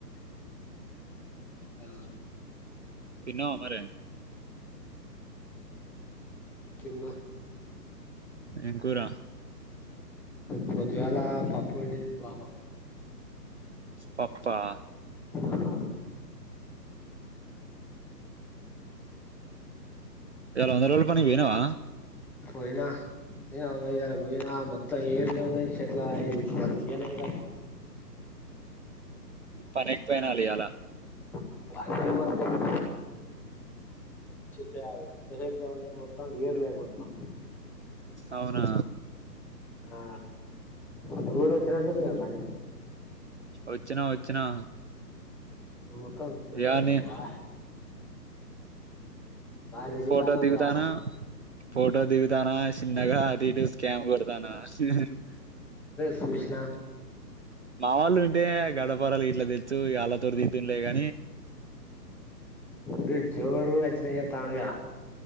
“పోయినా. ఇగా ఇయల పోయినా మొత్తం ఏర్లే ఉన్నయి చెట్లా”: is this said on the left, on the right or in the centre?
Centre